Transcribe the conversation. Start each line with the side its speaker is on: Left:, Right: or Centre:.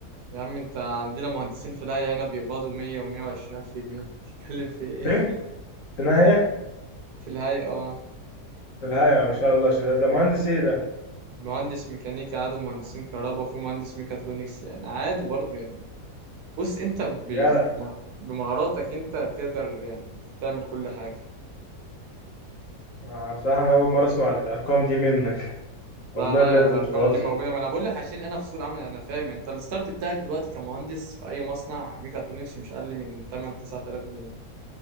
Right: يا عم انت عندنا مهندسين في الهيئه هنا بيقبضوا 100 و120 الف جنيه انت بتتكلم في ايه
Left: فين في النهاية
Right: <laughs> في الهيئه اه
Left: في النهاية ما شاء الله شغال ده مهندس ايه ده
Right: مهندس ميكانيكا عادي ومهندسين كهرباء وفي مهندس ميكاترونكس يعني عادي برضه يعني بص انت ب-
Left: يا جدع
Right: بمهاراتك انت تقدر يعني تعمل كل حاجه
Left: آه، بصراحة أنا أول مرة أسمع الأرقام دي منك والله
Right: لا لا
Left: بجد
Right: يعني الارقام
Left: مش بهزر
Right: دي موجوده ما انا بقول لك عشان انا في سوق العمل انا فاهم يعني انت الستارت بتاعك دلوقتي كمهندس في اي مصنع ميكاترونكس مش اقل من 8 9000 جنيه